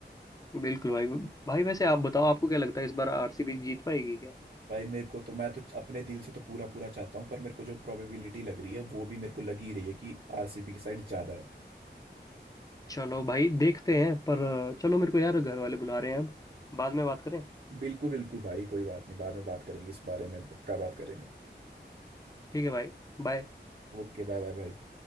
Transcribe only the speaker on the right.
भाई मेरे को तो मैं तो अपने दिल से तो पूरा पूरा चाहता हूँ पर मेरे को जो प्रोबेबिलिटी लग रही है वो भी मेरे को लग ही रही है कि आरसीबी की साइड ज्यादा है
बिल्कुल बिल्कुल भाई कोई बात नहीं बाद में बात करेंगे इस बारे में पक्का बात करेंगे
ओके बाय बाय भाई